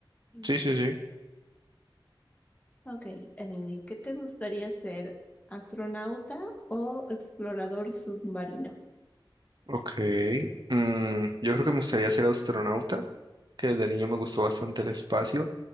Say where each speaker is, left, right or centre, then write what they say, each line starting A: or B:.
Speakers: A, on the left; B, on the right.
A: Mm.
B: Sí, sí, sí.
A: Ok, eh, ¿qué te gustaría ser? ¿Astronauta o explorador submarino?
B: Ok. Mm, yo creo que me gustaría ser astronauta que desde niño me gustó bastante el espacio